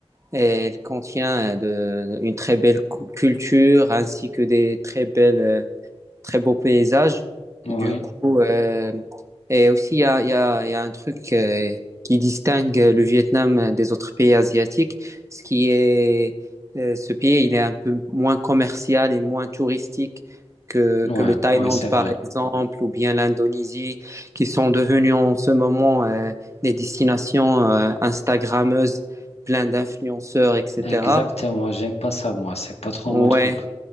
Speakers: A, on the right (about 30°); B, on the left (about 75°).
A: elle contient euh, de- une très belle cu- culture ainsi que des très belles euh, très beau paysage.
B: Ouais,
A: Du
B: ouais,
A: coup, euh, et aussi, il y a, il y a, il y a un truc euh, qui distingue le Vietnam des autres pays asiatiques, ce qui est, euh, ce pays, il est un peu moins commercial et moins touristique que,
B: ouais,
A: que le Thaïlande,
B: ouais, c'est
A: par
B: vrai.
A: exemple, ou bien l'Indonésie, qui sont devenus en ce moment euh, des destinations euh, Instagrammeuses, plein d'influenceurs, etc.
B: Exactement. J'aime pas ça, moi. C'est pas trop
A: Ouais,
B: mon truc.